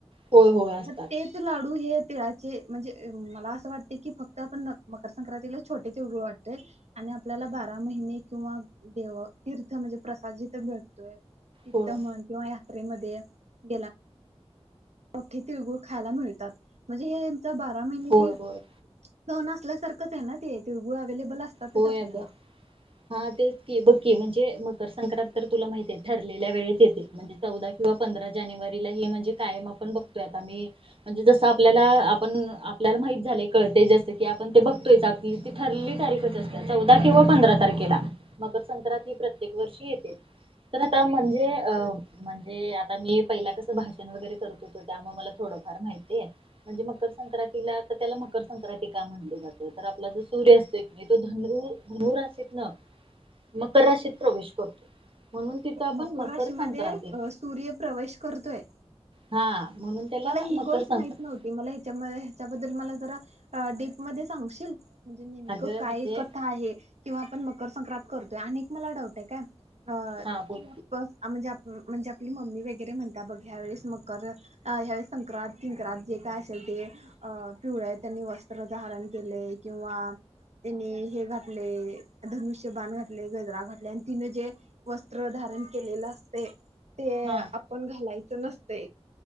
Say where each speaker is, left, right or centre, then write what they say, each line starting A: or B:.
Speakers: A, on the right (about 55°); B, on the right (about 85°).
A: होय होय असतात
B: म तेच लाडू हे तिळाचे म्हणजे मला अस वाटत की फक्त मकर संक्रांतीला छोटे तिळगुळ वाटतोय आणि आप बारा महिने किंवा देव तीर्थ म्हणजे प्रसाद जिथे भेटतोय तिथ
A: होय
B: म्हण किंवा ह्या. यात्रे मध्ये गेला मोठी तिळगूळ खायला मिळतात म्हणजे हे. बारा महिने
A: होय
B: ते.
A: होय
B: सन असल्यासारखंच आहे ना ते तिळगुळ. अवेलेबल असतातच
A: होय
B: आपल्याला.
A: अगं हा तेच की बघकी म्हणजे मकर संक्रांत तर तुला माहित आहे, ठरलेल्या वेळेत येते म्हणजे चौदा किंवा पंधरा, जानेवारीला हे म्हणजे, कायम आपण बघतोय आता मी म्हणजे जसं आपल्याला आपण आपल्याला माहित झालय कळतंय जसे की, आपण ते बघतोय की आता ठरलेली तारीख असतं. चौदा किंवा पंधरा तारखेला. मकर संक्रांती प्रत्येक वर्षी येते. तर आता म्हणजे अ म्हणजे आता मी पहिला कस भाषण वगैरे करत होतो, त्यामुळे मला थोडंफार माहितीय म्हणजे मकर संक्रांतीला त्याला मकर संक्रांती का म्हणली जाते, तर आपला जो सूर्य असतोय. तो धनु धनुराशीत ना मकर राशीत प्रवेश करतो. म्हणून तिथं आपण
B: मकर राशी
A: संक्रांती
B: मध्ये सूर्य प्रवेश करतोय?
A: हा म्हणून त्याला
B: मला ही
A: मकर
B: गोष्ट
A: संक्रांत
B: माहित नव्हती मला ह्याच्या ह्याच्याबद्दल. त्यात मला जरा डीप मध्ये सांगशील. म्हणजे नेमकं
A: अगं
B: काय
A: म्हणजे
B: कथा आहे, किंवा आपण मग. मकर संक्रत करतोय अनेक मला डाऊट आहे काय. अ
A: हा बोल
B: की <unintelligible> आप म्हणजे म्हणजे आपली मम्मी वगैरे म्हणता बघ ह्या वेळेस मकर. अ ह्यावेळी संक्रात किंक्रात जे काय असेल ते अ पिवळ त्यांनी वस्त्र धारण केलय, किंवा त्यांनी हे घातलेय धनुष्य बाण घातलेय, गजरा घातलेय आणि तिने जे वस्त्र धारण केलेलं असतय. ते
A: हा
B: आपण घालायचं नसत. ते.